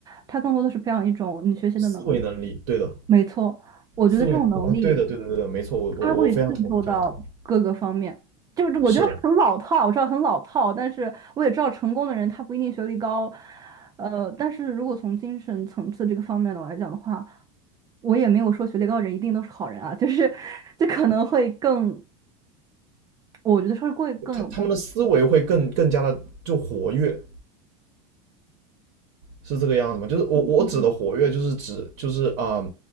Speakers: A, on the right; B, on the right.
A: 它更多的是培养一种你学习的能力。
B: 思维能力，对的，
A: 没错，我觉得这种能力，
B: 思维能力，啊，对的，对的，对的，没错，我我我非常同意，
A: 它会渗透到各个方面。
B: 非常同意。
A: 就是我觉得很老套，
B: 是的，
A: 我知道很老套，但是我也知道成功的人他不一定学历高，呃，但是如果从精神层次这个方面的我来讲的话，我也没有说学历高的人一定都是好人啊，就是这可能会更。我觉得是会更更有共鸣。
B: 他他们的思维会更更加的就活跃，是这个样子吗？就是我我指的活跃，
A: 嗯，
B: 就是指就是啊